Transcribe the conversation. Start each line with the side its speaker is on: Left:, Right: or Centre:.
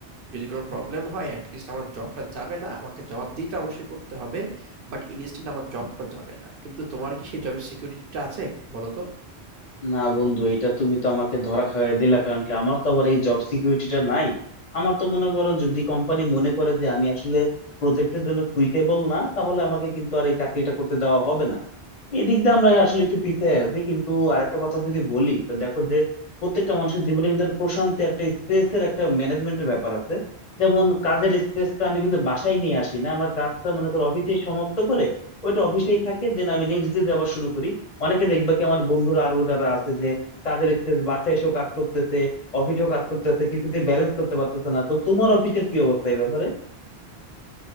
Right: যদি কোনো প্রবলেম হয় অ্যাটলিস্ট আমার জবটা যাবে না আমাকে জবাবদিহিতা অবশ্যই করতে হবে বাট ইনস্ট্যান্ট আমার জবটা যাবে না কিন্তু তোমার কি সেই জবের সিকিউরিটিটা আছে বলো তো
Left: না বন্ধু এটা তুমি তো আমাকে ধরা খাইয়ে দিলা কারণ কি আমার তো আবার এই জব সিকিউরিটিটা নাই আমার তো মনে করো যদি কোম্পানি মনে করে যে আমি আসলে প্রজেক্টের জন্য সুইটেবল না তাহলে আমাকে কিন্তু আর এই চাকরিটা করতে দেওয়া হবে না এদিক দিয়ে আমরা আসলে একটু পিছিয়ে আছি কিন্তু আরেকটা কথা যদি বলি তো দেখো যে প্রত্যেকটা মানুষের জীবনে কিন্তু একটা প্রশান্তি একটা স্ট্রেস এর একটা ম্যানেজমেন্টের ব্যাপার আছে যেমন কাজের স্ট্রেসটা আমি কিন্তু বাসায় নিয়ে আসি না আমার কাজটা মনে করো অফিসে সমাপ্ত করে ওইটা অফিসেই থাকে দেন আমি নেক্সট ডে আবার শুরু করি অনেকে দেখবা কি আমার বন্ধুরা আরো যারা আছে যে কাজের স্ট্রেস বাসায় এসেও কাজ করতেছে অফিসেও কাজ করতেছে কিছুতে ব্যালেন্স করতে পারতেছে না তো তোমার অফিসের কি অবস্থা এই ব্যাপারে